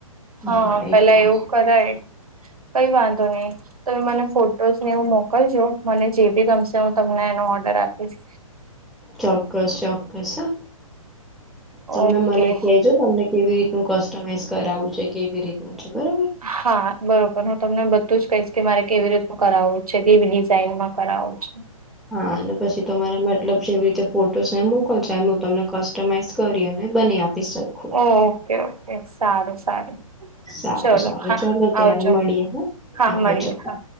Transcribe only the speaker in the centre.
હા
એટલે
જ.
ચોક્કસ ચોક્કસ હ, તમે
મને કેજો તમને કેવી રીતનું કસ્ટમાઈઝ કરાવું છે, કેવી રીતનું છે બરોબર.
હા અને પછી તમારા મતલબ જેવી રીતે ફોટોસ ને મોકલશો એમ હું તમને કસ્ટમાઈઝ કરી અને બની આ <unintelligible>
સારું
સારું
ચલો ત્યારે
મળીએ હ
આવજો